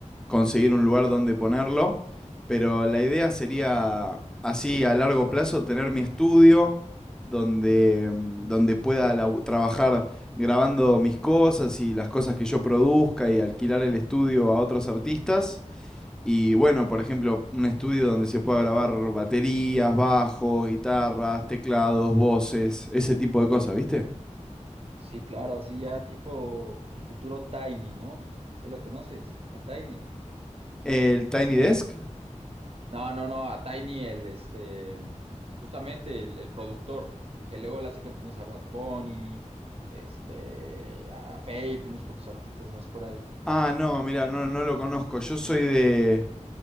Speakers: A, in the centre; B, on the right.
A: conseguir un lugar donde ponerlo, pero la idea sería así a largo plazo tener mi estudio donde, mm, donde pueda lau- trabajar grabando mis cosas y las cosas que yo produzca y alquilar el estudio a otros artistas. Y bueno, por ejemplo, un estudio donde se pueda grabar baterías, bajos, guitarras, teclados, voces, ese tipo de cosas, ¿viste?
B: Sí, claro, así ya tipo el futuro Tiny, ¿no? ¿Sí lo conoces? A Tiny.
A: ¿El Tiny Desk?
B: No, no, no, a Tiny el, este, justamente el, el productor, el que luego le hace canciones a Bad Bunny, este, a Fate, unos cuantos artistas más por ahí.
A: Ah, no, mira, no, no lo conozco. Yo soy de.